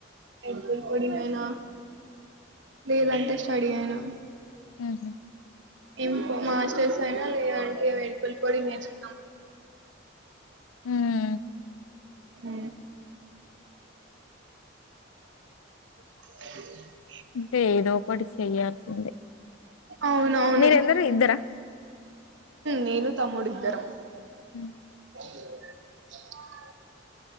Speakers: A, on the right; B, on the left.
A: ఎల్ కోడింగ్ అయినా లేదంటే స్టడీ అయినా
B: హహ
A: ఇంకో మాస్టర్స్ అయినా లేదంటే వేడుకలు కూడా నేర్చు అ
B: హ
A: హ <unintelligible>
B: అంటే ఏదో ఒకటి చెయయాల్సిందే
A: అవునవును
B: మీరెందరు ఇద్దరా
A: నేను తమ్ముడిద్దరం
B: హ
A: <unintelligible>